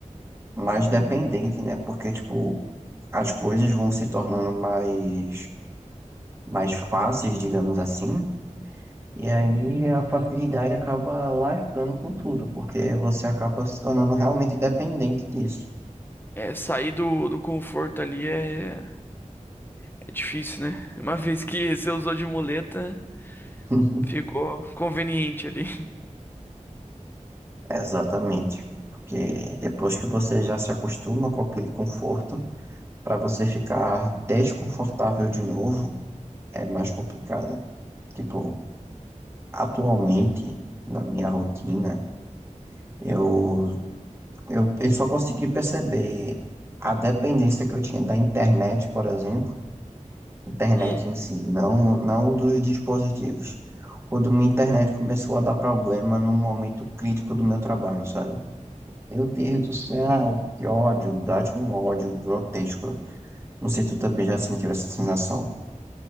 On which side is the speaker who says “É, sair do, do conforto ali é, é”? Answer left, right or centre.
Left